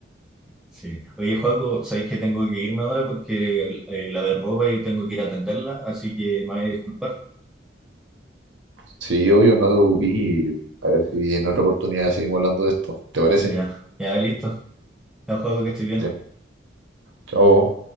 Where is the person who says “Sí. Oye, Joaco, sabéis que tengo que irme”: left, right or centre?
Centre